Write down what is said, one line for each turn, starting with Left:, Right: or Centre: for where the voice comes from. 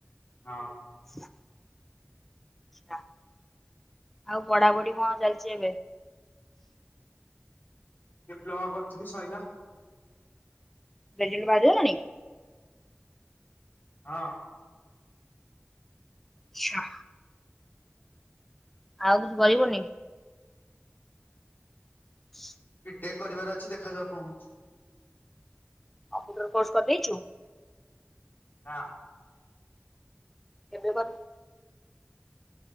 Left: ହଁ।
Centre: <inaudible> ଆଛା ଆଉ ପଢାପଢି କଣ ଚାଲିଛି ଏବେ?
Left: ଡିପ୍ଲୋମା କରିଥିଲି ସଇଲା।
Centre: ରେଜଲ୍ଟ ବାହାରିଗଲାଣି?
Left: ହଁ।
Centre: ଆଛା। ଆଉ କିଛି କରିବୁନି? <inaudible>
Left: ବିଟେକ୍ କରିବାର ଅଛି ଦେଖାଯାଉ କଣ ହୋଉଚି।
Centre: କମ୍ପଟର କୋସ କରିଚୁ?
Left: ନା।
Centre: କେବେ କରିବୁ?